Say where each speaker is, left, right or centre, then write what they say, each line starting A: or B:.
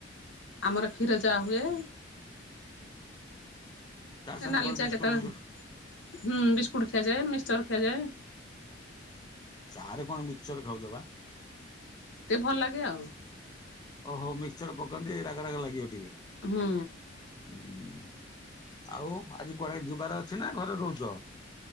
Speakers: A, on the left; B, on the left.
A: ଆମର କ୍ଷୀର ଚାହା ହୁଏ।
B: ଚା ସାଙ୍ଗରେ
A: ନାଲି
B: କଣ
A: ଚା
B: ବିସ୍କୁଟ
A: କେତେ
B: ଫିସ୍କୁଟ
A: ହୁଁ ବିସ୍କୁଟ୍ ଖିଆଯାଏ ମିକସଚର ଖିଆଯାଏ।
B: ଚା ରେ କଣ ମିକ୍ସଚର ଖାଉଛ ବା?
A: ଟିକେ ଭଲ ଲାଗେ ଆଉ।
B: ଓହୋ ମିକ୍ସର ପକାନ୍ତି ରାଗ ରାଗ ଲାଗିବ ଟିକେ।
A: ହୁଁ
B: ହୁଁ ଆଉ ଆଜି କୁଆଡେ ଯିବାର ଅଛି ନା ଘରେ ରହୁଛ?